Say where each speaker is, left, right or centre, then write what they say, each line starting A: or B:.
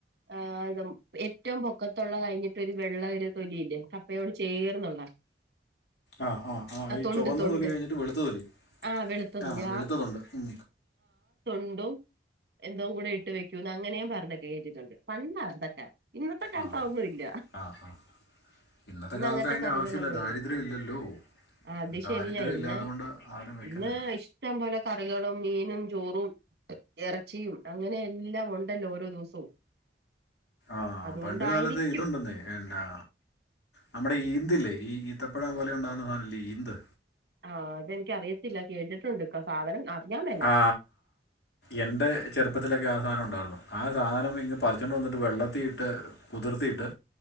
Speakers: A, on the right (about 65°); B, on the left (about 75°).
A: ആ അത ഏറ്റവും പൊക്കത്തുള്ള കഴിഞ്ഞിട്ട് ഒരു വെള്ള ഒരു തൊലിയില്ലേ കപ്പയോട് ചേർന്നുള്ള
B: ആഹ ആ ആ് ഈ
A: തൊണ്ട്
B: ചുവന്ന
A: തൊണ്ട്
B: തൊലി കഴിഞ്ഞിട്ട് വെളുത്ത തൊലി
A: ആഹ് വെളുത്ത തൊലി
B: ആഹ വെളുത്തതുണ്ട് ഉ
A: ും എന്തോ കൂടെ ഇട്ട് വെക്കൂന്ന് അങ്ങനെയും പറഞ്ഞൊക്കെ കേട്ടിട്ടുണ്ട് പണ്ടാ ഇതൊക്കെ ഇന്നത്തെ കാലത്ത്
B: ആഹ്
A: ഒന്നുംല്ല
B: ആഹ് ആഹ് ഇന്നത്തെ
A: ഇന്ന
B: കാലത്ത്
A: അങ്ങനത്തെ
B: അതിൻ്റെ
A: കറികളൊന്നും
B: ആവശ്യമില്ല ദാരിദ്ര്യം
A: ഇല്ല
B: ഇല്ലല്ലോ
A: അത്
B: ദാരിദ്ര്യം
A: ശരിയാ ഇന്ന്
B: ഇല്ലാതുകൊണ്ട് ആരും വെക്കുന്നില്ല
A: ഇന്ന് ഇഷ്ടം പോലെ കറികളും മീനും ചോറും ഇറച്ചിയും അങ്ങനെയെല്ലാം ഉണ്ടല്ലോ ഓരോ ദിവസവും
B: ആഹ
A: അതുകൊണ്ടായിരിക്കും
B: പണ്ട കാലത്ത് ഇതുണ്ടന്ന്ാ നമ്മുടെ ഈ ഇന്ത്ല് ഈ ഇത്തപ്പഴ പോലെ ഉണ്ടാവകുന്ന സാധനില്ലേ ഇന്ത്
A: ആ് അതെനിക്ക അറിയത്തില്ല കേട്ടിട്ടുണ്ട് സാധനം അറിയാൻ മേല
B: ആ എന്റെ ചെറുപ്പത്തിലൊക്കെ സാധനമ ഉണ്ടായിരുന്നു ആ സാധനം ഇ പറിച്ചുകൊണ്ട് വന്നിട്ട് വെള്ളത്തിയിട്ട് കുതിർത്തിയിട്ട്